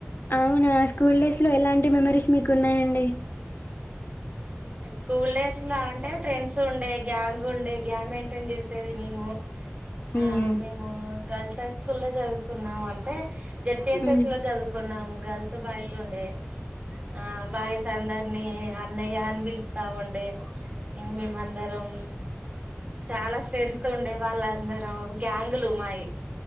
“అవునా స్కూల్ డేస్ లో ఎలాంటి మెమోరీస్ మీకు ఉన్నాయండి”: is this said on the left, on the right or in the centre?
Left